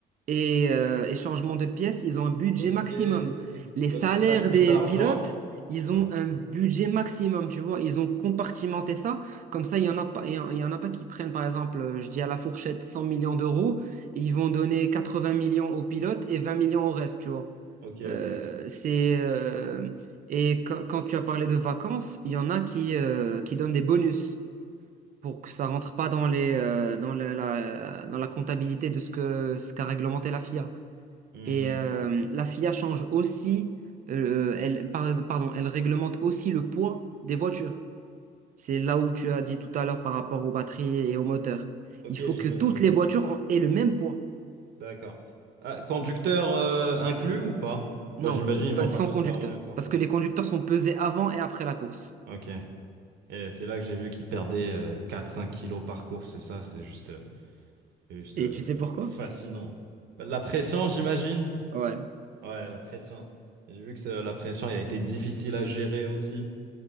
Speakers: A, on the right; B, on the right.
A: et, euh, et changements de pièces, ils ont un budget
B: ouais. Ok.
A: maximum. Les salaires
B: Donc si t'as plus
A: des
B: d'argent.
A: pilotes, ils
B: Ouais.
A: ont un budget maximum, tu vois. Ils ont compartimenté ça. Comme ça, il y en a pas, il y en il y en a pas qui prennent, par exemple, euh, je dis à la fourchette 100 millions d'euros, et ils vont donner 80 millions aux pilotes et 20 millions au reste, tu vois.
B: Ok,
A: Euh,
B: ok, ok.
A: c'est, euh, et quand, quand tu as parlé de vacances, il y en a qui, euh, qui donnent des bonus pour que ça rentre pas dans les euh, dans la, la- dans la comptabilité de ce que ce qu'a réglementé la FIA.
B: Hmm.
A: Et euh, la FIA change aussi euh, elle par- pardon, elle réglemente aussi le poids des voitures. C'est là où tu as dit tout à l'heure par rapport aux batteries et aux moteurs.
B: Ok,
A: Il faut
B: j'imagine.
A: que toutes les voitures ont- aient le même poids.
B: D'accord. Ah, conducteur euh, inclus ou pas? Bah,
A: Non,
B: j'imagine
A: euh, pas-
B: ils vont
A: sans
B: pas tous
A: conducteur.
B: faire le même poids.
A: Parce
B: Ok.
A: que les conducteurs sont pesés avant et après la course.
B: Ok. Et c'est là que j'ai vu qu'ils perdaient euh, 4-5 kilos par course. Et ça, c'est juste. euh, C'est juste
A: Et
B: euh,
A: tu sais pourquoi?
B: fascinant. La pression, j'imagine.
A: Ouais.
B: Ouais, la pression. J'ai vu que c'est- la pression, elle a été difficile à gérer aussi.